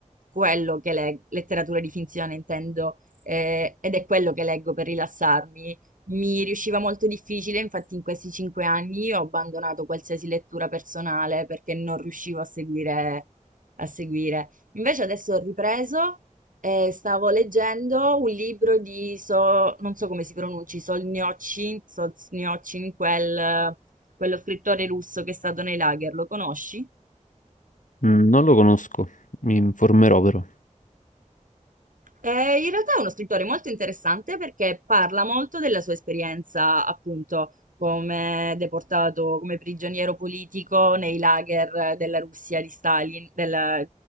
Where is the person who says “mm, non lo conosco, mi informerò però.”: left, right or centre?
Left